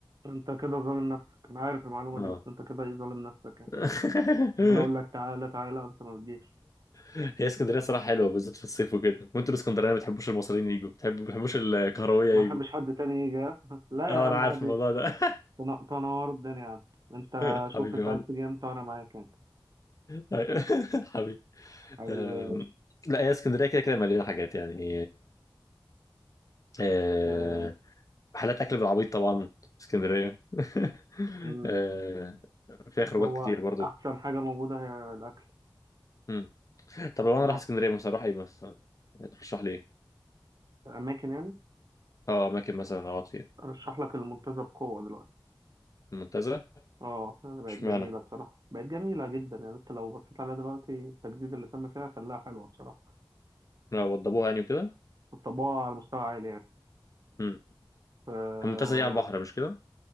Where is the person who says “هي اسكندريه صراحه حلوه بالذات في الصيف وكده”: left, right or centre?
Left